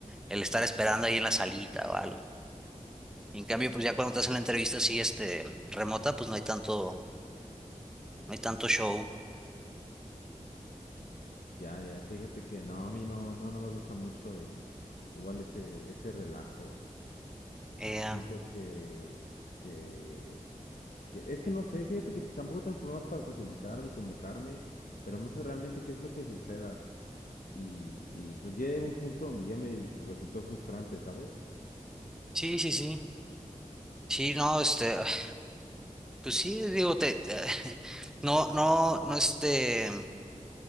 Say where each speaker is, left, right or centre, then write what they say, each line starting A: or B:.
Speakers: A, in the centre; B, on the left.
A: El estar esperando ahí en la salita o algo. Y en cambio, pues ya cuando estás en la entrevista así, este, remota, pues no hay tanto, no hay tanto show.
B: Ya, ya, fíjate que no, a mí no, no, no me gusta mucho el, igual ese, ese relajo.
A: Eh,
B: Siento que, que Que, es que no sé, fíjate que tampoco tengo problemas para socializar ni comunicarme, pero no sé realmente qué es lo que suceda. Y, y pues ya llega un punto donde ya me resultó frustrante, ¿sabes?
A: sí, sí, sí. Sí, no, este, <sighs> pues sí, digo, te, te- <laughs> no, no, no, este,